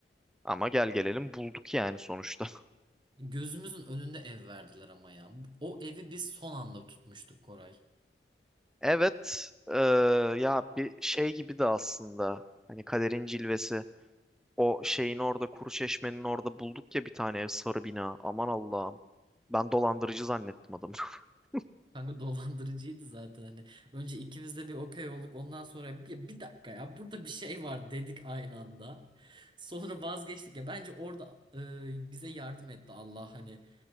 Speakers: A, in the centre; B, on the right (about 25°).
A: Ama gel gelelim bulduk yani sonuçta. <laughs>
B: Gözümüzün önünde ev verdiler ama ya. O evi biz son anda tutmuştuk Koray.
A: Evet, eee, ya bir şey gibi de aslında. Hani kaderin cilvesi. O şeyin orada, kuru çeşmenin orada bulduk ya bir tane ev, sarı bina. Aman Allah'ım. Ben dolandırıcı zannettim adamı. <laughs>
B: Kanka dolandırıcıydı zaten hani. Önce ikimiz de bir okey olduk. Ondan sonra bir, bir dakika ya burada bir şey var dedik aynı anda. Sonra vazgeçtik ya. Bence orada e, bize yardım etti Allah hani.